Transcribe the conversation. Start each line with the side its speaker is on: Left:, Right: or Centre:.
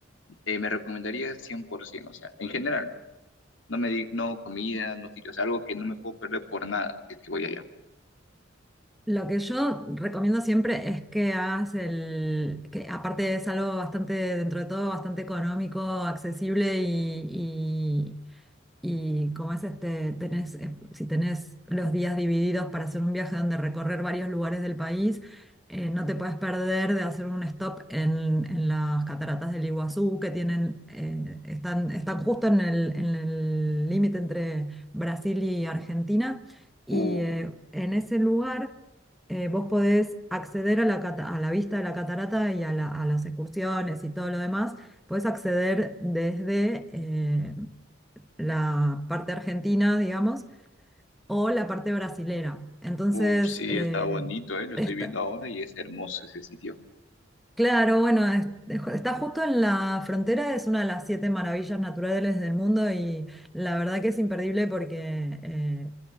Left: eh, me recomendarías 100%? O sea, en general, no me di, no comida, no sitios, algo que no me puedo perder por nada, si es que voy allá.
Centre: Lo que yo recomiendo siempre es que hagas el, que aparte es algo bastante, dentro de todo, bastante económico, accesible y, Y como es este, tenés, eh, si tenés los días divididos para hacer un viaje donde recorrer varios lugares del país, eh, no te puedes perder de hacer un stop en, en las cataratas del Iguazú, que tienen, eh, están, están justo en el, en el límite entre Brasil y Argentina. Y
Left: Uh,
Centre: eh, en ese lugar eh, vos podés acceder a la, cata- a la vista de la catarata y a, la- a las excursiones y todo lo demás. Podés acceder desde... eh, la parte argentina, digamos, o la parte brasilera. Entonces,
Left: uh, sí,
Centre: eh,
Left: está bonito, ¿eh? Lo estoy
Centre: está,
Left: viendo ahora y es hermoso ese sitio.
Centre: claro, bueno, es- está justo en la frontera, es una de las siete maravillas naturales del mundo y la verdad que es imperdible porque eh,